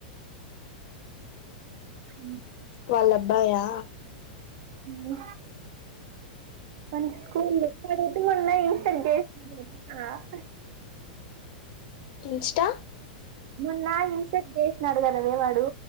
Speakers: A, on the right; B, on the left.
A: అ
B: వాళ్ళ అబ్బాయా
A: ఉ మనకి స్కూల్ అడుగుత మన్న ఇంసర్ చేసిన కద
B: ఇన్స్టా
A: మొన్న ఇన్సర్ట్ చేసినాడు కదవే వాడు